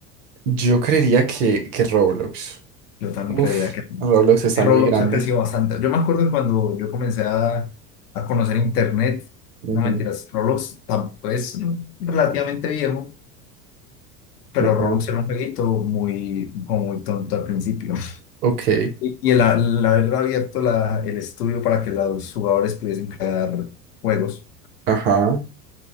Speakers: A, on the right (about 70°); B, on the left (about 75°).
A: Yo creería que, que Roblox.
B: Yo también
A: Uf,
B: creía que
A: Roblox está
B: y Roblox
A: muy grande.
B: ha crecido bastante. Yo me acuerdo que cuando yo comencé a, a conocer Internet,
A: Ujú,
B: no mentiras, Roblox tampoco es relativamente viejo, pero
A: ujú.
B: Roblox era un jueguito muy, como muy tonto al principio.
A: Ok,
B: Y, y el, el haber abierto la- el estudio para que los jugadores pudiesen crear juegos.
A: ajá.